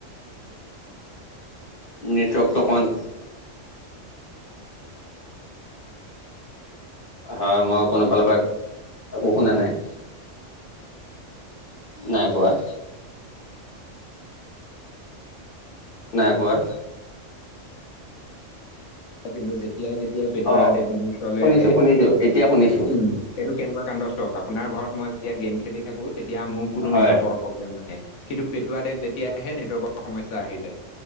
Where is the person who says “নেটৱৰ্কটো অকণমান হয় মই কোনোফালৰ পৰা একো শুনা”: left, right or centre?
Left